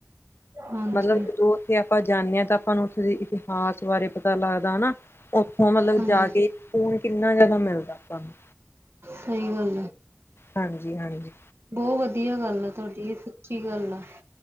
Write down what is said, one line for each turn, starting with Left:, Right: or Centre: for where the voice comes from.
Right: ਹਾਂਜੀ
Left: ਮਤਲਬ ਜਦੋਂ ਜੇ ਆਪਾਂ ਜਾਂਦੇ ਹਾਂ ਤਾਂ ਆਪਾਂ ਨੂੰ ਉੱਥੇ ਦੇ ਇਤਿਹਾਸ ਬਾਰੇ ਪਤਾ ਲੱਗਦਾ ਹਨਾ ਉੱਥੋਂ ਮਤਲਬ
Right: ਹਾਂਜੀ
Left: ਜਾ ਕੇ ਸ ਕੂਨ ਕਿੰਨਾ ਜ਼ਿਆਦਾ ਮਿਲਦਾ ਆਪਾਂ ਨੂੰ
Right: ਸਹੀ ਗੱਲ ਆ।
Left: ਹਾਂਜੀ, ਹਾਂਜੀ।
Right: ਬੋਤ ਵਧੀਆ ਗੱਲ ਆ ਤੁਹਾਡੀ। ਇਹ ਸੱਚੀ ਗੱਲ ਆ